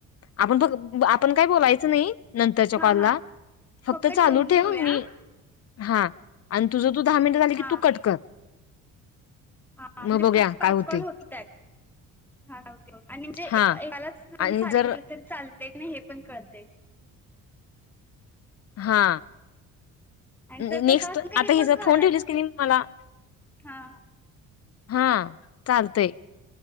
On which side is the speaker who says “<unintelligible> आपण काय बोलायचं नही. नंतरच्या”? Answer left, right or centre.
Left